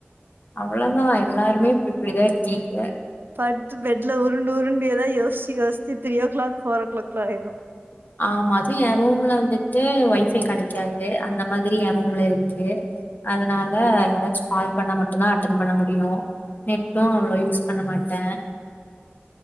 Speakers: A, on the left; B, on the right.
A: அவ்வளோ தான் எல்லாருமே இப்ப இப்படிதான் இருக்கீங்க
B: படுத்து பெட்ல உருண்டு உருண்டு எதோ யோசிச்சு யோசிச்சு தரீ ஓ க்ளாக் போர் ஓ க்ளாக்லாம் ஆயிடும்
A: ஆமா அதும் என் ரூம்ல வந்துட்டு வை ஃபை கிடைக்காது அந்த மாதிரி என் ரூம்ல இருக்கு அதனால
B: ஐயோ
A: யாராச்சும் பால் பண்ணா மட்டும் தான் அட்டன் பண்ண முடியும் நெட்டும் அவ்ளோ யூஸ் பண்ண மாட்டேன்